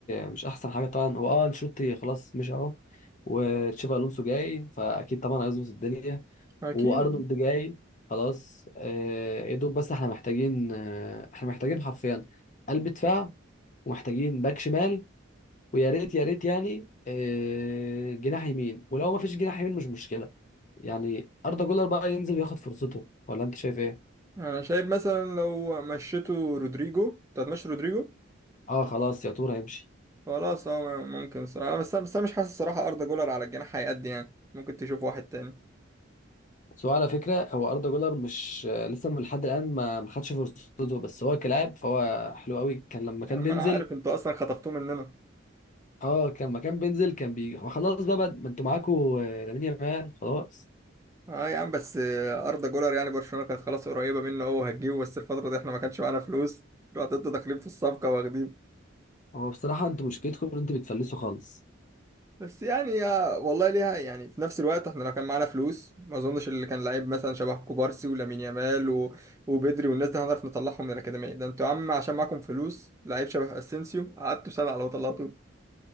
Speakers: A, on the left; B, on the right.
A: مش احسن حاجه طبعا هو اه انشيلوتي خلاص مش اهو وتشافي الونسو جاي فاكيد طبعا هيظبط الدنيا
B: أكيد
A: وارنولد جاي خلاص آه، يا دوب بس احنا محتاجين آه، احنا محتاجين حرفيا قلب دفاع ومحتاجين باك شمال ويا ريت يا ريت يعني آه، جناح يمين ولو ما فيش جناح يمين مش مشكله يعني أردا جولر بقى ينزل وياخد فرصته ولا أنت شايف إيه؟
B: أنا شايف مثلا لو مشيتوا رودريجو أنت هتمشي رودريجو
A: أه خلاص يا تور هيمشي
B: خلاص أه ممكن الصراحة بس أنا بس أنا مش حاسس الصراحة أردا جولر على الجناح هيأدي يعني ممكن تشوف واحد تاني
A: بس هو على فكرة هو أردا جولر مش لسه من لحد الآن ما ما خدش فرصته بس هو كلاعب فهو حلو قوي كان لما كان
B: يا عم
A: بينزل
B: أنا عارف أنتوا أصلا خطفتوه مننا
A: أه كان لما كان بينزل كان بي هو خلاص بقى بقى- ما أنتوا معاكوا آه، لامين يامال خلاص
B: اه يا عم بس آه، اردا جولر يعني برشلونه كانت خلاص قريبه منه هو هتجيبه بس الفتره دي احنا ما كانش معانا فلوس رحت انتوا داخلين في الصفقه واخدين
A: هو بصراحة أنتوا مشكلتكم إن أنتوا بتفلسوا خالص
B: بس يعني يا والله ليها يعني في نفس الوقت احنا لو كان معانا فلوس ما اظنش اللي كان لعيب مثلا شبه كوبارسي ولامين يامال و... وبدري والناس دي هنعرف نطلعهم من الاكاديميه ده انتوا يا عم عشان معاكم فلوس لعيب شبه اسينسيو قعدتوا سنه على ما طلعتوه